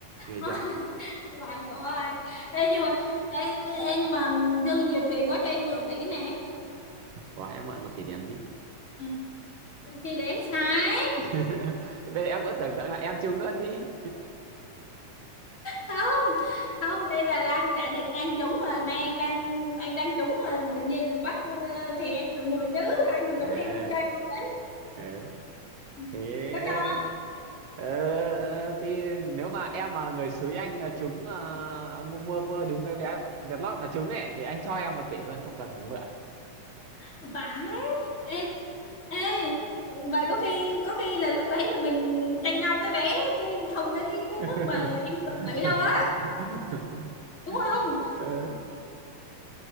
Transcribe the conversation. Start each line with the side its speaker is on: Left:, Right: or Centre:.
Right: hiểu
Left: <laughs>
Right: chưa
Left: lại cậu ơi ê nhưng mà ê, ê nhưng mà dư nhiều tiền quá cho em mượn tỷ nè
Right: Ủa, em mượn một tỷ để làm gì
Left: ừ. thì đếm sai
Right: <laughs> Bây giờ em cũng tưởng tượng là em trúng luôn đi
Left: không không đây là đang giả định anh trúng mà nay anh đang anh đang trúng mà tự nhiên mình bắt ờ, thì em phải mượn chứ anh mà
Right: à
Left: trúng em cho em mượn đấy
Right: ờ.
Left: Ừ.
Right: thế
Left: có cho
Right: ờ, thì nếu mà em mà người xúi anh ờ, trúng ờ, mua mua mua đúng cái vé Vietlott mà trúng ấy thì anh cho em một tỷ luôn không cần phải mượn
Left: anh phải ê, ê vậy có khi có khi là lúc đấy là mình tranh nhau cái vé chứ không tới cái
Right: <laughs>
Left: cái mức mà em cần tỷ đâu á đúng không
Right: Ờ.